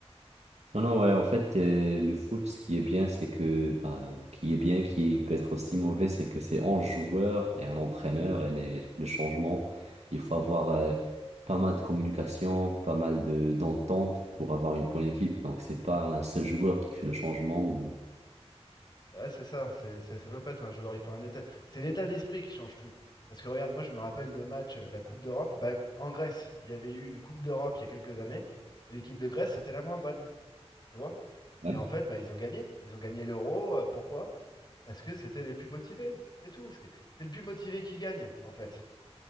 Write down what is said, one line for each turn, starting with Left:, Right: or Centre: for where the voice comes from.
Right: Non, non, ouais, en fait, euh, le foot, ce qui est bien, c'est que, bah, qui est bien, qui peut être aussi mauvais, c'est que c'est un joueur et un entraîneur et les, le changement. Il faut avoir euh, pas mal de communication, pas mal de d'entente pour avoir une bonne équipe. Donc, c'est pas un seul joueur qui fait le changement ou...
Left: Ouais, c'est ça, c'est, c'est- ça peut pas être un joueur, il faut un état. C'est l'état d'esprit qui change tout. Parce que regarde, moi je me rappelle de matchs euh, de la Coupe d'Europe. Bah, en Grèce, il y avait eu une Coupe d'Europe il y a quelques années, et l'équipe de Grèce, c'était la moins bonne, tu vois.
Right: Ouais.
Left: Et en fait, bah, ils ont gagné. Ils ont gagné l'Euro. euh, pourquoi? Parce que c'était les plus motivés. C'est tout. C'est c'est le plus motivé qui gagne, en fait.